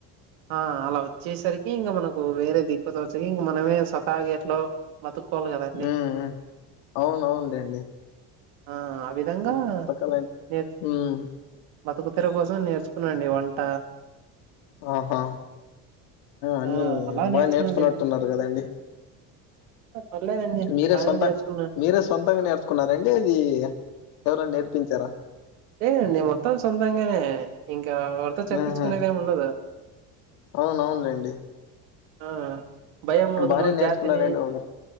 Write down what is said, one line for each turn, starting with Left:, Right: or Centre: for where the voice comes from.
Right: ఆ అలా వచ్చేసరికి ఇంగ మనకు వేరే దిక్కుతోచక ఇంగ మనమే స్వతాహా గేట్లో బతుకోవాలి గదండి
Left: హ్మ్. హ్మ్. అవును అవునులేండి.
Right: ఆ అవి విధంగా
Left: పుస్తకాలం
Right: నే
Left: హ్మ్.
Right: బతుకు తెరువు కోసం నేర్చుకున్నానండి వంట
Left: ఆహా అన్ని
Right: ఆ అలా
Left: బాగ
Right: నేర్చుకున్నాండి
Left: నేర్చుకున్నట్టున్నారు గదండి
Right: పర్లేదండి
Left: మీరే
Right: బానే
Left: సొంతం
Right: నేర్చుకున్నా
Left: మీరే సొంతంగా నేర్ కున్నారండి ఈ ఎవరన్నా నేర్పించారా
Right: లేదండి మొత్తం సొంతంగానే ఇంకా ఎవరితో చెప్పించుకునేది
Left: ఉహు
Right: ఏమి ఉండదు
Left: అవునవునులేండి
Right: ఆ భయం వొదులు
Left: బానే నేర్చుకున్నారండి
Right: జాతిని,
Left: ఒకరు